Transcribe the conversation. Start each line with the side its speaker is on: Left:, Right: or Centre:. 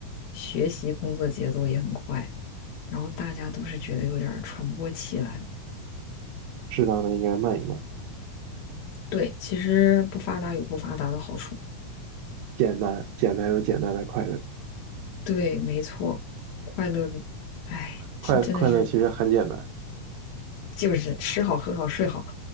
Left: 学习工作节奏也很快，然后大家都是觉得有点儿喘不过气来了。
Right: 适当的应该慢一慢，
Left: 对，其实不发达有不发达的好处。
Right: 简单简单有简单的快乐，
Left: 对，没错，快乐，哎，真真的是。
Right: 快快乐其实很简单。
Left: 就是吃好、喝好、睡好，